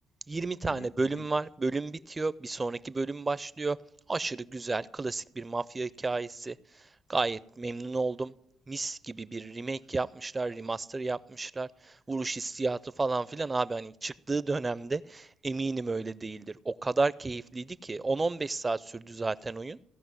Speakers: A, on the right (about 25°); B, on the left (about 75°).
A: Yirmi tane
B: Hı hı
A: bölüm
B: hı hı
A: var. Bölüm bitiyor. Bir sonraki bölüm başlıyor. Aşırı güzel, klasik bir mafya hikayesi. Gayet memnun oldum. Mis gibi bir remake yapmışlar, remaster yapmışlar. Vuruş hissiyatı falan filan abi hani çıktığı dönemde Eminim öyle değildir. O kadar keyifliydi ki 10-15 saat sürdü zaten oyun.